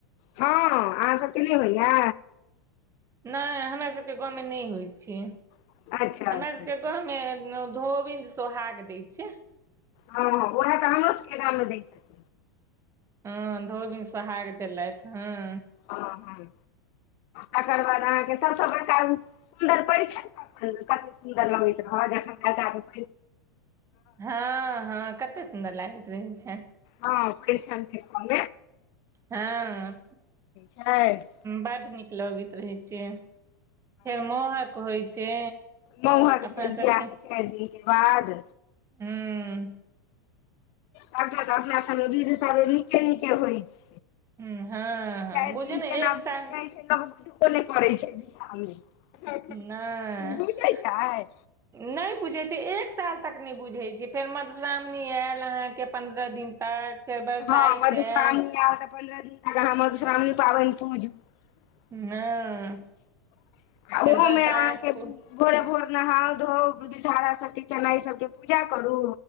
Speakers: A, on the left; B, on the right.
A: हँ अहाँ सबके नय होइया
B: नय हमरा सभके गाँव मे नय होइ छै।
A: अच्छा
B: हमरा
A: अच्छा
B: सबके
A: अच्छा
B: घर मे धोबिन सोहाग दै छय
A: हँ उएह तऽ हमरो सबके गाम मे दै छथि।
B: हँ धोबीन सोहाग देलथि हँ
A: हं हं तकर बाद अहाँके सब सँ बड़का सुन्दर परिछैन कते सुन्दर लगैत रह जखन लड़का के
B: हँ हँ कते सुन्दर लागैत रहै छै।
A: हँ परिछैन देख में।
B: हँ
A: छै
B: बड नीक लगैत रहै छै फेर मौहक होइ छै।
A: महुअक
B: अपना
A: भेल बियाहके
B: सबके
A: चारि दिन के बाद
B: हूँ
A: सबटा त अपना सब में बिध त नीके निके होइ छै।
B: हूं हँ
A: चारि
B: हँ बुझू
A: दिन
B: ने
A: केना
B: एक
A: बित
B: साल
A: जाइ छै लोक बुझबो ओ नै करै छै बियाह में
B: नहि
A: ई बुझै छै।
B: नहि बुझै छैय एक साल तक नहि बुझै छैय फेर मधुश्रावणी आयल अहाँके पन्द्रह दिन तक फेर बरसाइत
A: हँ मधुश्रामणी
B: आयल
A: ऐल तऽ पन्द्रह दिन फेर अहाॅं मधुश्रावणी पाबनि पूजू। तो
B: हँ
A: से छै आ
B: फेर
A: ओहोमे
B: बरसाइत
A: अहाँके
B: हूँ
A: भोरे भोर नहाउ धोउ विषहारा सबके चेनाइ सबके पूजा करू